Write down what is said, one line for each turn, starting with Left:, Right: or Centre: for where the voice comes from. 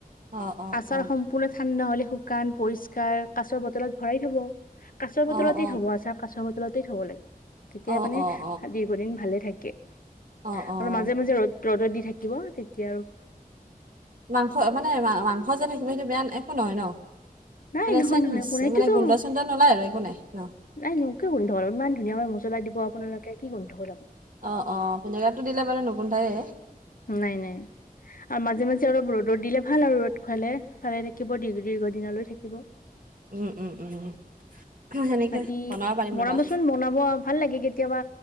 Right: অ', অ',
Left: আচাৰ
Right: অ',
Left: সম্পূৰ্ণ। ঠাণ্ডা হ'লে শুকান, পৰিষ্কাৰ কাছৰ বটলত ভৰাই থ'ব। কাছৰ
Right: অ',
Left: বটলতে
Right: অ'।
Left: থ'ব। আচাৰ কাচৰ বটলতেই থ'ব লাগে। তেতিয়া
Right: অ',
Left: মানে
Right: অ',
Left: দীৰ্ঘদিন ভালে থাকে,
Right: অ', অ',
Left: আৰু
Right: অ',
Left: মাজে মাজে ৰদ ৰদত দি থাকিব তেতিয়া আও
Right: মাংস মানে মাংস যে থাকিব সেইটো বেয়া একো নহয় ন
Left: নাই
Right: মানে
Left: নহয়
Right: চেন
Left: নহয় কোনাইটোতো
Right: মানে গোন্ধ চোন্ধধ নুৱেলাই আৰু একো নাই ন
Left: নাই এনেকে গোন্ধ ল ইমান ধুনীয়া মছলা দিব আপোনালোকে কি গোন্ধব উলাব।
Right: অঁ অঁ ভিনেগাৰটো দিলে বাৰু নুগুন্ধায়ে।
Left: নাই নাই আৰু মাজে মাজে অলপ ৰ'দত দিলে ভাল আৰু ৰ'দ খুৱালে ভালে থাকিব দীৰ্ঘদিনলৈ থাকিব। থাকিব
Right: উম, উম, উম, সেনেকে
Left: বাকী
Right: বনাব পাৰিম
Left: মৰাবচোন
Right: ৰ'বা।
Left: বনাব। ভাল লাগে কেতিয়াবা